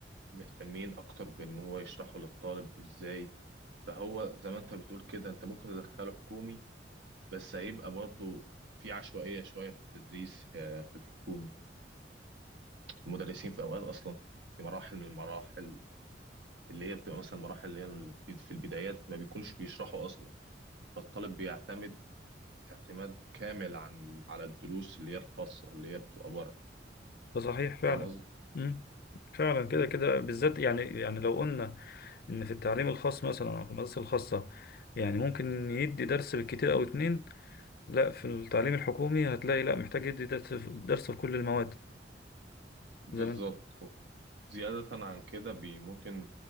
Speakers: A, on the right; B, on the left.
A: مهتمين اكتر بان هو يشرحه للطالب ازاي فهو زي ما انت بتقول كده انت ممكن تدخله حكومي بس هيبقى برضو في عشوائية شوية في التدريس آه، في الحكومي المدرسين في اوقات اصلا في مراحل من المراحل اللي هي بتبقى مثلا المراحل اللي هي في البدايات ما بيكونش بيشرحوا اصلا فالطالب بيعتمد اعتماد كامل عن على الدروس اللي هي الخاصة اللي هي بتبقى بره
B: ده صحيح فعلا
A: فاهم قصدي
B: مم. فعلا كده كده بالذات يعني يعني لو قلنا ان في التعليم الخاص مثلا او في المدارس الخاصه يعني ممكن يدي درس بالكتير او اتنين لا في التعليم الحكومي هتلاقي لا محتاج يدي درس في درس في كل المواد
A: بالظبط
B: زي ما انت-
A: زيادة عن كده بي ممكن